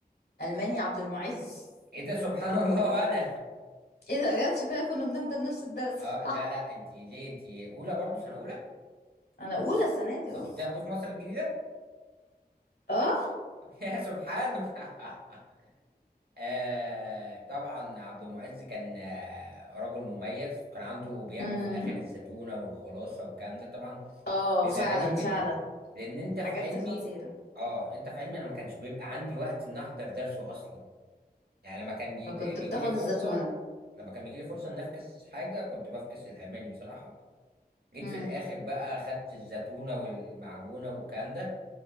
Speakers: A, on the left; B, on the right.
A: المانيا عبد المعز
B: ايه ده سبحان الله وانا
A: ايه ده بجد شكلها كنا بنحضر نفس الدرس
B: <laughs> اه
A: <laughs>
B: لا لا انت ليه انت اولى برضو سنه اولى
A: انا اولى السنه دي
B: كنت
A: اه
B: بتاخدي في مصر الجديده
A: اه
B: <laughs> يا سبحانه <laughs> آه طبعا عبد المعز كان آه، رجل مميز كان عنده بيعمل
A: امم
B: في الاخر الزيتونه والخلاصه والكلام ده طبعا
A: اه
B: بيبقى
A: فعلا
B: جميل جدا
A: فعلا
B: لان انت
A: الحاجات
B: في علمي
A: دي خطيره
B: اه انت في علمي انا ما كانش بيبقى عندي وقت ان احضر درسه اصلا يعني لما كان بيبقى
A: فكنت
B: بيجي
A: بتاخد
B: لي فرصه
A: الزتونه
B: لما كان بيجي لي فرصه ان افكس حاجه كنت بفكس الالماني بصراحه جيت
A: امم
B: في الاخر بقى خدت الزتونه والمعجونه والكلام ده